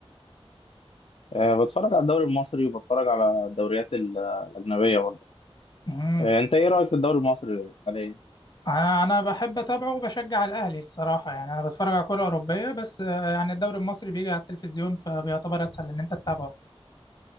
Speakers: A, on the left (about 65°); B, on the left (about 40°).
A: أه بتفرج على الدوري المصري وبتفرج على الدوريات ال- الاجنبيه برضه
B: مم.
A: أه انت ايه رايك في الدوري المصري حاليا
B: انا انا بحب اتابعه وبشجع الاهلي الصراحة يعني انا بتفرج على كرة اوروبية بس آه، يعني الدوري المصري بيجي على التلفزيون فبيعتبر اسهل ان انت تتابعه